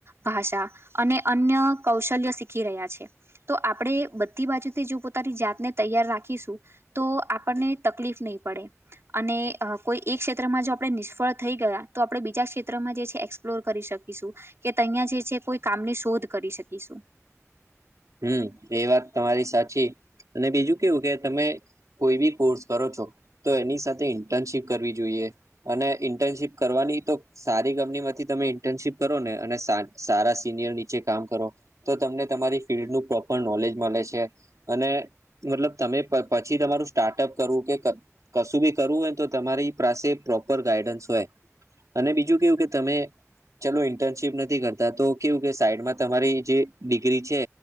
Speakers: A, on the right; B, on the right.
A: ભાષા અને અન્ય કૌશલ્ય શીખી રહ્યા છે. તો આપડે બધી બાજુથી જો પોતાની જાતને તૈયાર રાખીશું તો આપણને તકલીફ નહીં પડે અને અ કોઈ એક ક્ષેત્રમાં જો અપ પણે નિષ્ફળ થઈ ગયા તો આપણે બીજા ક્ષેત્રમાં જે છે એક્સપ્લોર કરી શક કીશું કે તહીંયા જે છે કોઈ કામની શોધ કરી શકીશું.
B: હમ એ વાત તમારી સાચી અને બીજું કેવું કે તમે કોઈ બી કોર્સ કરો છો તો એની સાથે ઇન્ટર્નશીપ કરવી જોઈએ. અને ઇન્ટર્નશીપ કરવાની તો સારી કંપનીમાંથી તમે ઇન્ટર્નશીપ કરો ને અને સાં સારા સિનિયર નીચે કામ કરો તો તમને તમારી ફિલ્ડનું પ્રોપર નોલેજ મલે છે, અને મતલબ તમે પ પછી તમારું સ્ટાર્ટઅપ કરવું કે ક કશું બી કરવું હોય તો તમારી પ્રાસે પ્રોપર ગાઈડન્સ હોય. અને બીજું કેવું કે તમે ચલો ઇન્ટર્નશીપ નથી કરતા તો કેવું કે સાઈડમાં તમારી જે ડિગ્રી છે.